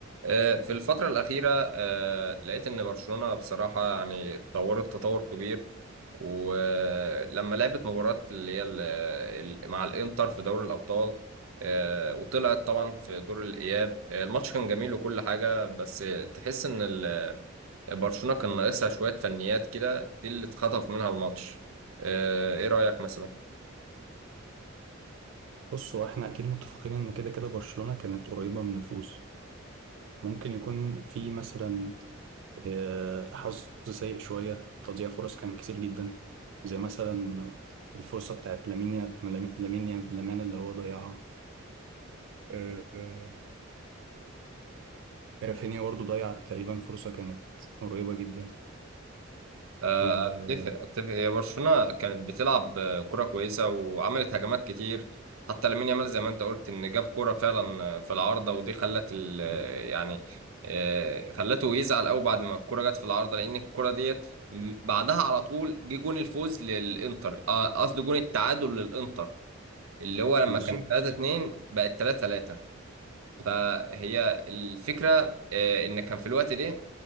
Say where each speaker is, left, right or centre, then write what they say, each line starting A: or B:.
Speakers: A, on the right; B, on the right.
A: آه، في الفترة الأخيرة آه، لقيت إن برشلونة بصراحة يعني اتطورت تطور كبير ولما لعبت مباراة اللي هي ال- ال- مع الإنتر في دوري الأبطال آه، وطلعت طبعا في دور الإياب آه، الماتش كان جميل وكل حاجة بس تحس إن ال- برشلونة كان ناقصها شوية فنيات كده دي اللي اتخطف منها الماتش آه، إيه رأيك مثلا؟
B: بص هو احنا اكيد متفقين ان كده كده برشلونة كانت قريبة من الفوز ممكن يكون في مثلا آه، حظ سيء شوية تضييع فرص كان كتير جدا زي مثلا الفرصة بتاعت لامين يا- لامين لامين يا- لامان اللي هو ضيعها آه، آه، رافينيا برضو ضيع تقريبا فرصة كانت قريبة جدا
A: آه،
B: آه،
A: اتفق اتفق هي برشلونه كانت بتلعب آه، كره كويسه وعملت هجمات كتير حتى لامين يامال زي ما انت قلت ان جاب كره فعلا آه، في العارضه ودي خلت ال آه، يعني آه، خلته يزعل قوي بعد ما الكره جت في العارضه لان الكره ديت م- بعدها على طول جه جون الفوز للانتر آه، قصدي جون التعادل للانتر اللي هو لما
B: بالظبط
A: كان 3 2 بقت 3 3 فهي الفكره آه، ان كان في الوقت ده